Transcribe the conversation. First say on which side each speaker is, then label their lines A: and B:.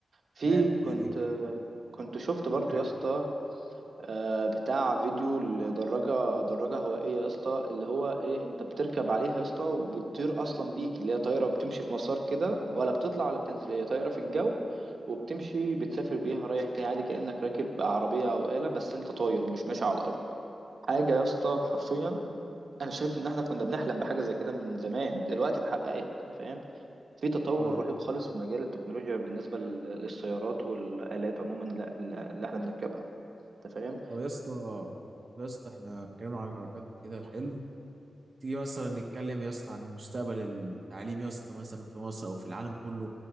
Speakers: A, on the right (about 65°); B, on the right (about 40°).
A: في
B: فاهم
A: كنت
B: يعني
A: كنت شفت برضو
B: كانت حاجه
A: يا اسطى
B: حلوه
A: آه، بتاع فيديو لدراجة دراجة هوائية يا اسطى اللي هو ايه انت بتركب عليها يا اسطى وبتطير اصلا بيك اللي هي طايرة بتمشي في مسار كده ولا بتطلع ولا بتنزل هي طايرة في الجو وبتمشي بتسافر بيها رايح جاي عادي كأنك راكب عربية او آلة بس انت طاير مش ماشي على الارض حاجة يا اسطى حرفيا انا شايف ان احنا كنا بنحلم بحاجة زي كده من زمان دلوقتي اتحققت انت فاهم في تطور
B: اه
A: رهيب خالص في مجال التكنولوجيا بالنسبة لل- للسيارات والآلات عموما لا- لا- اللي احنا بنركبها انت فاهم
B: طب يا اسطى طب يا اسطى احنا اتكلمنا عن العربيات كده حلو تيجي مثلا نتكلم يا اسطى عن مستقبل التعليم يا اسطى مثلا في مصر او في العالم كله